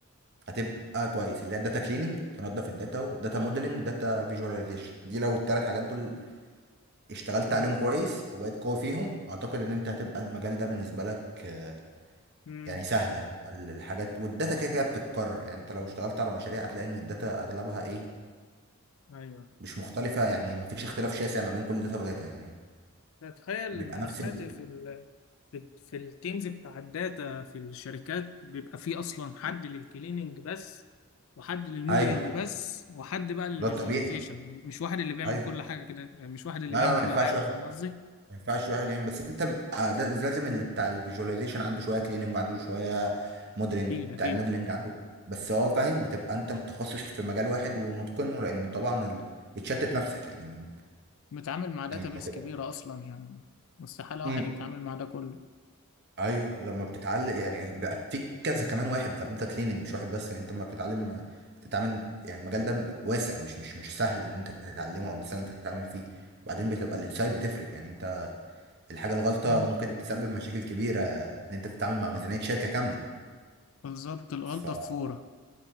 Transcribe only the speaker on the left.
امم
امم
ايوه
تخيل
ده
انا سمعت
في ال في, في التيمز بتاع الداتا في الشركات بيبقى فيه اصلا حد للكليننج بس وحد للموديلنج
بس وحد بقى للفيجواليزيشن
مش واحد اللي بيعمل
كل حاجه كده مش واحد اللي
بيعمل
كل
حاجه
فاهم قصدي
اكيد اكيد
لو
متعامل مع داتابيس
كبيره اصلا يعني مستحيل واحد
يتعامل مع ده كله
مم.
بالظبط الغلطه
في فوره